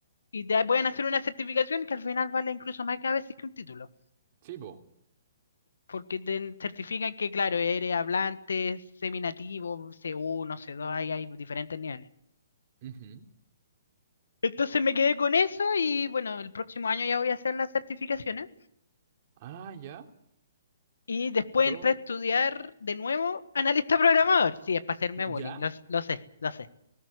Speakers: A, on the left (about 75°); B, on the right (about 40°).
A: y te pueden hacer una certificación que al final vale incluso más que a veces que un título.
B: sí, po.
A: porque te certifican que, claro, eres hablante, seminativo, C1, c dos, ahí hay diferentes niveles.
B: Ujú.
A: Entonces me quedé con eso y bueno, el próximo año ya voy a hacer las certificaciones
B: Ah, ya,
A: y después
B: y todo,
A: entré a estudiar de nuevo analista programador. Sí, es para hacerme bullying,
B: ya,
A: lo, lo sé, lo sé.